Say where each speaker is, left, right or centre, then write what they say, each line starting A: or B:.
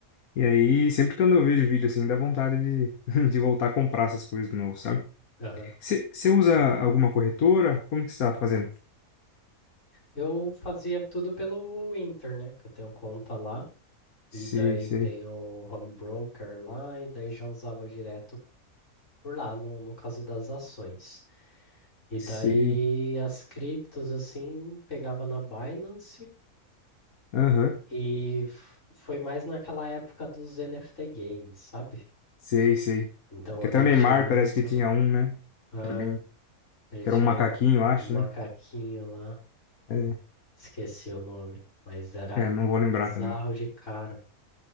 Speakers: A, on the left; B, on the left.
A: E aí, sempre que eu vejo vídeo assim, dá vontade de, <laughs> de voltar a comprar essas coisas de novo, sabe?
B: Aham.
A: Você usa alguma corretora? Como que você tá fazendo?
B: Eu fazia tudo pelo Inter, né? Que eu tenho conta lá.
A: Sei,
B: E daí
A: sei,
B: tem o home broker lá, e daí já usava direto por lá, no, no caso das ações. E
A: sei.
B: daí as criptos, assim, pegava na Binance
A: Aham,
B: e f- foi mais naquela época dos NFT games, sabe?
A: sei, sei.
B: Então
A: Que
B: ali
A: até o
B: eu
A: Neymar
B: tinha muito.
A: parece que tinha um, né?
B: ah,
A: Que era bem,
B: ele
A: que
B: tinha
A: era um macaquinho, eu acho,
B: um macaquinho
A: né?
B: lá,
A: É,
B: esqueci o nome, mas era
A: é, não vou lembrar
B: bizarro
A: também.
B: de caro.